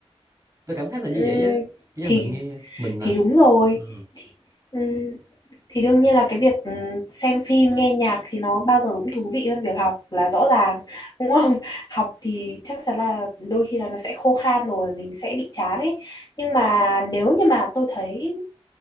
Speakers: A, on the right; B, on the left.
A: tôi cảm thấy là như
B: Ừ.
A: vậy á nhưng
B: thì
A: mà mình nghe mình là
B: thì đúng rồi
A: ừ,
B: ừ. thì đương nhiên là cái việc ừ, xem phim nghe nhạc thì nó bao giờ cũng thú vị hơn việc học là rõ ràng đúng không <laughs> học thì chắc chắn là đôi khi là nó sẽ khô khan rồi mình sẽ bị chán ấy nhưng mà nếu như mà tôi thấy